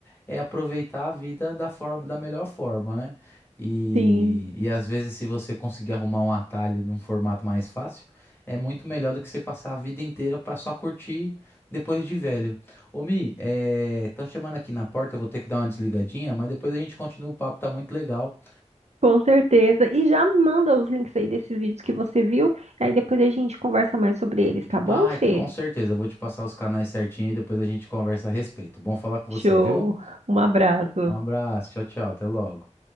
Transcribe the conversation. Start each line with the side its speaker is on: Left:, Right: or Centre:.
Left: é aproveitar a vida da forma, da melhor forma, né? E,
Right: sim.
Left: e às vezes se você conseguir arrumar um atalho de um formato mais fácil, é muito melhor do que você passar a vida inteira para só curtir depois de velho. Ô, Mi, estão chamando aqui na porta, eu vou ter que dar uma desligadinha, mas depois a gente continua, o papo tá muito legal.
Right: Com certeza. E já manda os links aí desses vídeos que você viu. Aí depois a gente conversa mais sobre eles, tá bom,
Left: Ah,
Right: Fê?
Left: é, com certeza, eu vou te passar os canais certinho e depois a gente conversa a respeito. Bom falar com
Right: Show.
Left: você, viu?
Right: Um abraço.
Left: Um abraço, tchau, tchau, até logo.